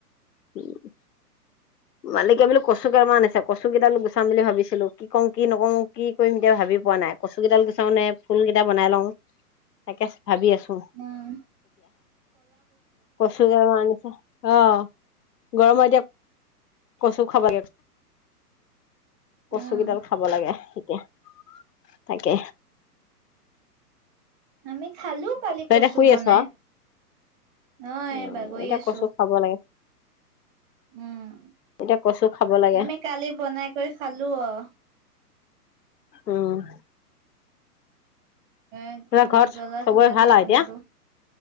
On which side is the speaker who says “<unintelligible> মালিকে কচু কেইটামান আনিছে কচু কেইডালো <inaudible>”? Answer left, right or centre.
Left